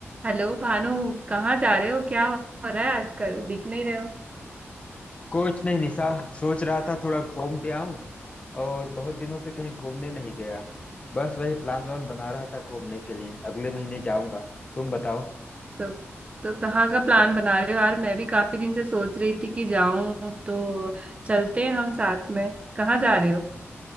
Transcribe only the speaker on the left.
कुछ नहीं निशा सोच रहा था थोड़ा घूम के आऊं और बहुत दिनों से कहीं घूमने नहीं गया बस वही प्लान वान बना रहा था घूमने के लिए अगले महीने जाऊंगा तुम बताओ